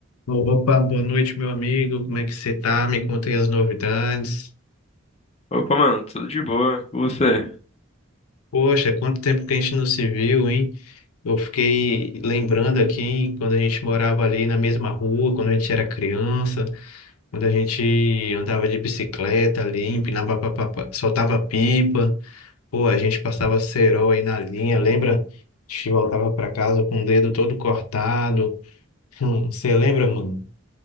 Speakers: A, on the left; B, on the left.
A: Opa, boa noite, meu amigo. Como é que você tá? Me contem as novidades.
B: Opa, mano, tudo de boa com você?
A: Poxa, quanto tempo que a gente não se viu, hein? Eu fiquei lembrando aqui quando a gente morava ali na mesma rua, quando a gente era criança, quando a gente andava de bicicleta ali, empinava, papapá, soltava pipa. Pô, a gente passava cerol aí na linha, lembra? A gente voltava pra casa com o dedo todo cortado. <laughs> Você lembra, mano?